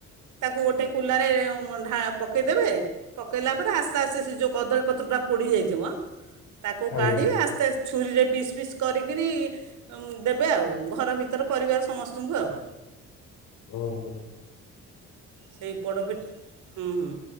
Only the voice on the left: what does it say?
ଆଜ୍ଞା
ଓ ହୋ।